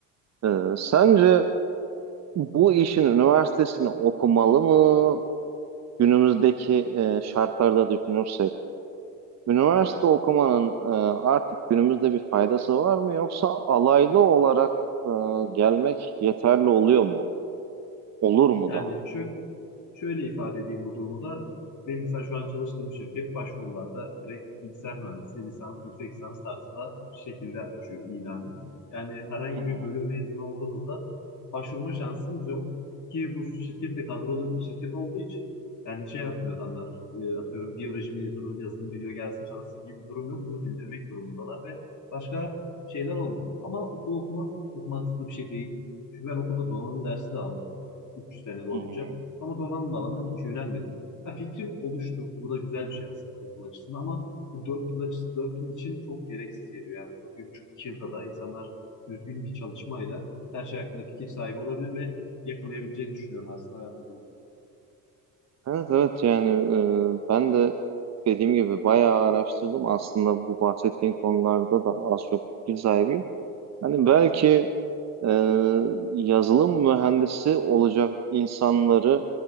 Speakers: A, on the right; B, on the left.
A: E, sence bu işin üniversitesini okumalı mı? Günümüzdeki e, şartlarda düşünürsek. Üniversite okumanın e, artık günümüzde bir faydası var mı? Yoksa alaylı olarak e, gelmek yeterli oluyor mu? Olur mu
B: Yani
A: daha?
B: şu, şöyle ifade edeyim bu durumu da. Benim mesela şu an çalıştığım şirket başvurularda direkt bilgisayar mühendisi, lisans, yüksek lisans tarzında şekilde açıyor ilanı. Yani herhangi
A: Hı hı,
B: bir bölüm mezunu olduğunuzda başvurma şansınız yok. Ki bu şirket de kadrolu bir şirket olduğu için yani şey yapmıyor adamlar. e, atıyorum biyoloji mezunu yazılım biliyor gelsin çalışsın gibi bir durum yok. Bunu bildirmek durumundalar ve başka şeyler olmuyor. Ama okul okumak çok mantıklı bir şey değil. Çünkü ben okulda donanım dersi de aldım 3 sene boyunca.
A: hı hı.
B: Ama donanım alanına hiç yönelmedim. Ha, fikrim oluştu. Bu da güzel bir şey aslında okul açısından ama bu 4 yıl açısı 4 yıl için çok gereksiz geliyor. Yani bunu bir buçuk 2 yılda da insanlar düzgün bir çalışmayla her şey hakkında fikir sahibi olabilir ve yakalayabileceğini düşünüyorum aslında ben bu durumu.
A: Evet evet yani e, ben de dediğim gibi bayağı araştırdım aslında bu bahsettiğin konularda da az çok fikir sahibiyim. Hani belki e, yazılım mühendisi olacak insanları